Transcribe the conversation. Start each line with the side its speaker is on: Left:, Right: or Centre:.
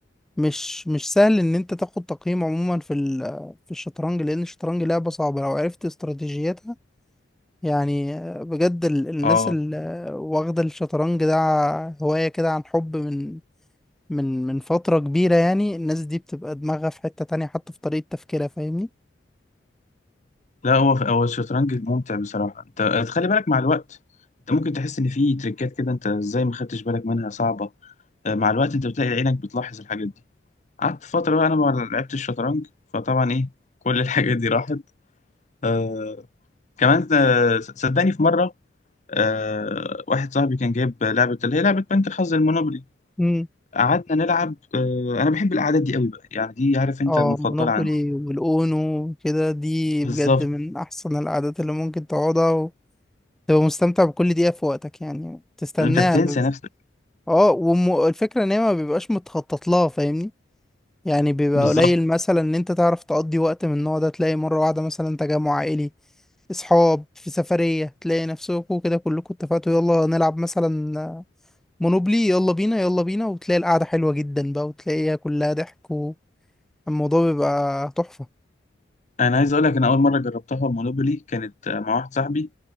Centre: مش مش سهل ان انت تاخد تقييم عموما في ال- في الشطرنج لان الشطرنج لعبة صعبة لو عرفت استراتيجيتها يعني بجد ال- الناس
Left: اه
Centre: اللي واخدة الشطرنج ده هواية كده عن حب من من من فترة كبيرة يعني الناس دي بتبقى دماغها في حتة تانية حتى في طريقة تفكيرها فاهمني
Left: لا هو هو الشطرنج ممتع بصراحة انت خلي بالك مع الوقت انت ممكن تحس ان في تريكات كده انت ازاي ما خدتش بالك منها صعبة آه، مع الوقت انت بتلاقي عينك بتلاحظ الحاجات دي قعدت فترة بقى أنا ما لعبتش الشطرنج فطبعا إيه كل <laughs> الحاجات دي راحت آه كمان آه، صدقني في مرة آه واحد صاحبي كان جايب لعبة اللي هي لعبة بنك الحظ المونوبولي
Centre: امم
Left: قعدنا نلعب آه أنا بحب القعدات دي قوي بقى يعني دي عارف أنت
Centre: اه
Left: المفضلة
Centre: مونوبولي
Left: عندي
Centre: والاونو كده دي
Left: بالظبط
Centre: بجد من احسن العادات اللي ممكن تقعدها تبقى مستمتع بكل دقيقة في وقتك يعني تستناها
Left: أنت بتنسى
Centre: ب...
Left: نفسك
Centre: اه والفكرة ان هي ما بيبقاش متخطط لها فاهمني يعني بيبقى
Left: بالظبط
Centre: قليل مثلا ان انت تعرف تقضي وقت من النوع ده تلاقي مرة واحدة مثلا تجمع عائلي اصحاب في سفرية تلاقي نفسكوا كده كلكوا اتفقتوا يلا نلعب مثلا مونوبلي يلا بينا يلا بينا وتلاقي القعدة حلوة جدا بقى وتلاقيها كلها ضحك والموضوع بيبقى تحفة
Left: أنا عايز أقول لك أنا أول مرة جربتها المونوبولي كانت آه، مع واحد صاحبي